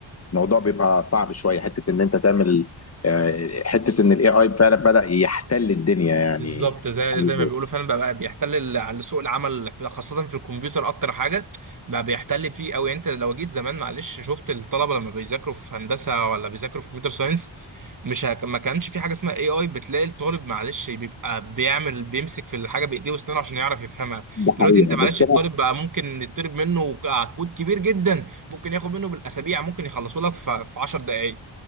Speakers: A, on the left; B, on the right.
A: الموضوع بيبقى صعب شويه حته ان انت تعمل آه، حته ان الاي اي فعلا بدا يحتل الدنيا يعني
B: بالظبط زي
A: يعني
B: زي ما بيقولوا فعلا بقى, بقى بيحتل ال- على سوق العمل في- خاصة في الكمبيوتر أكتر حاجة بقى بيحتل فيه أوي يعني أنت لو جيت زمان معلش شفت الطلبة لما بيذاكروا في هندسة ولا بيذاكروا في كمبيوتر ساينس مش هك... ما كانش في حاجة اسمها اي اي بتلاقي الطالب معلش بيبقى بيعمل بيمسك في الحاجة بإيديه وأسنانه عشان يعرف يفهمها
A: ده
B: دلوقتي
A: حقيقة
B: أنت معلش
A: بس
B: الطالب بقى ممكن يطلب منه كود كبير جدا ممكن ياخد منه بالأسابيع ممكن يخلصه لك في في 10 دقايق